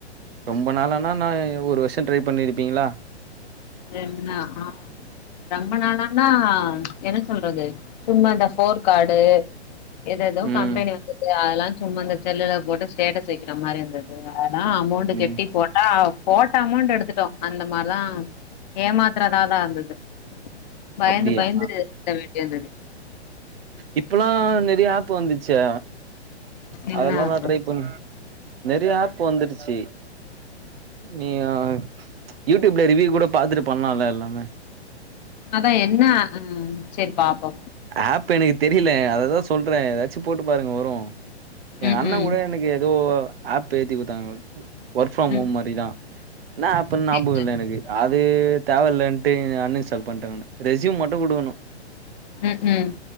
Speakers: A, on the right; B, on the left.
A: ரொம்ப நாளானா நா ஒரு வர்ஷோ ட்ரைப் பண்ணியிருப்பீங்ளா
B: ரென்னா ஆ ரொம்ப நாளானா என்ன சொல்றது சும்மா இந்த ஃபோர் கார்டு எதோ எதோ
A: ம்
B: கம்பெனி வந்தது அதலாஞ் சும்மா அந்த செல்லுலப் போட்டுச் ஸ்டேட்டஸ் வெக்கிற மாரி இந்தது ஆனா அமௌண்ட்டு
A: ம்
B: கெட்டிப் போட் ஆ போட்ட அமௌண்ட்டு எடுத்துட்டோ அந்த மார்லா ஏமாத்தரதாதா இருந்தது பயந்து
A: அப்டியா
B: பயந்து ருக்க வேண்டியிருந்தது
A: இப்பலா நெறைய ஆப்பு வந்துச்சே
B: என்ன
A: அதெல்லா
B: ஆச்சு
A: நா ட்ரைப் பண் நெறைய ஆப் வந்துடுசி நீ அ யூடியூப்ல ரிவியூ கூட பாத்துட்டு பண்லால்ல எல்லாமே
B: அதா என்னா அ செரி பாப்போ
A: ஆப்பு எனகு தெரில அததா சொல்றே எதாச்சும் போட்டு பாருங்க வரு எங்க
B: ம்ஹ்ம்.
A: அண்ணேங் கூட எனகு எதோ ஆப்பு ஏத்தி குத்தாங்கோ ஒர்க் ஃப்ரம்
B: ம்.
A: ஹோம் மாரிதா இன்னா ஆப்புன்
B: சரி,
A: நாபாகோ
B: சரி.
A: இல்ல எனகு அது தேவ இல்லன்ட்டு அன் இன்ஸ்டால் பண்ட நானு ரெஸ்யூம் மட்டு குடுகுணு
B: ம் ம்